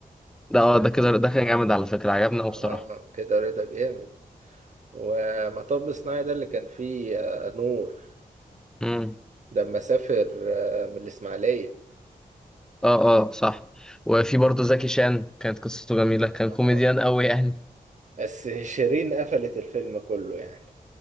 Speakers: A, in the centre; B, on the right.
A: ده اه ده كده ده كان جامد على فكرة عجبني
B: اه
A: أوي بصراحة
B: كده رضا جامد ومطب صناعي ده اللي كان فيه آه، نور
A: امم
B: لما سافر آه، من الإسماعيلية
A: اه اه صح وفي برضه زكي شان كانت قصته جميلة كان
B: آه.
A: كوميديان أوي يعني
B: بس شيرين قفلت الفيلم كله يعني